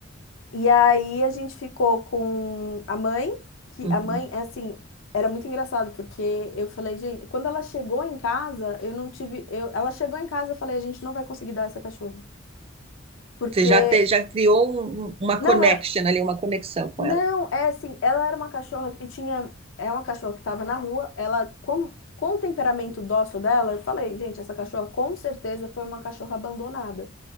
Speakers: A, on the left (about 80°); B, on the right (about 30°).
A: E aí a gente ficou com a mãe, que
B: Uhum.
A: a mãe, é assim, era muito engraçado, porque eu falei, gente, quando ela chegou em casa, eu não tive. Eu, ela chegou em casa, eu falei, a gente não vai conseguir dar essa cachorra. Porque.
B: Você já, te- já criou um- um- uma
A: Não,
B: connection
A: era.
B: ali, uma conexão com
A: Não,
B: ela.
A: é assim, ela era uma cachorra que tinha. É uma cachorra que estava na rua, ela. Com, com o temperamento dócil dela, eu falei, gente, essa cachorra com certeza foi uma cachorra abandonada.